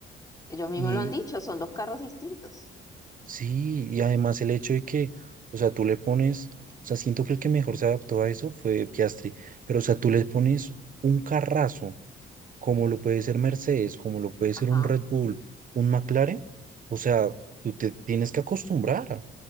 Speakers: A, on the left; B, on the right.
A: Ellos mismos
B: y
A: lo han dicho, son dos carros distintos.
B: Sí, y además el hecho de que, o sea, tú le pones, o sea, siento que el que mejor se adaptó a eso fue Piastri, pero o sea, tú le pones un carrazo, como lo puede ser Mercedes, como lo puede
A: Ajá.
B: ser un Red Bull, un McLaren, o sea, tú te tienes que acostumbrar,